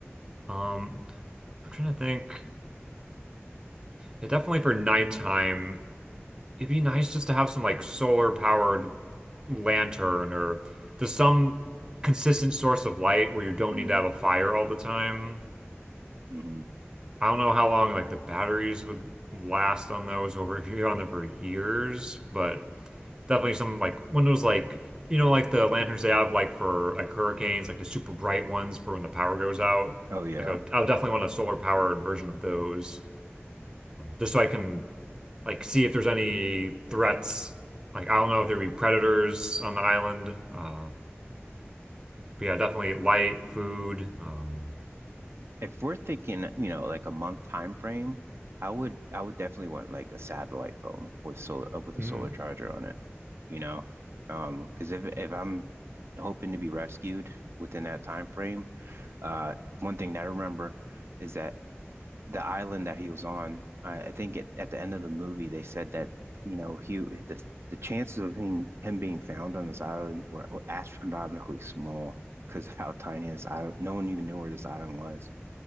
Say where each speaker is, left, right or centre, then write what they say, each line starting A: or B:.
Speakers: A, on the right (about 20°); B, on the right (about 65°).
A: Um, I'm trying to think. Yeah, definitely for nighttime, it'd be nice just to have some like solar powered lantern or there's some consistent source of light where you don't
B: Hmm.
A: need to have a fire all the time.
B: hmm
A: I don't know how long like the batteries would last on those over if you're on there for years, but definitely some like one of those like you know like the lanterns they have like for like hurricanes, like the super bright ones for when the power goes out.
B: Oh yeah.
A: Like I would, I would definitely want a solar powered version of those just so I can like see if there's any threats. Like I don't know if there'd be predators on the island. Uh, but yeah, definitely light food. Um,
B: If we're thinking, you know, like a month time frame, I would I would definitely want like a satellite phone with solar uh, with a
A: mm,
B: solar charger on it, you know? Um, because if if I'm hoping to be rescued within that time frame, uh, one thing that I remember is that the island that he was on. I, I think at, at the end of the movie they said that you know he the the chances of him him being found on this island were astronomically small because of how tiny this island. No one even knew where this island was.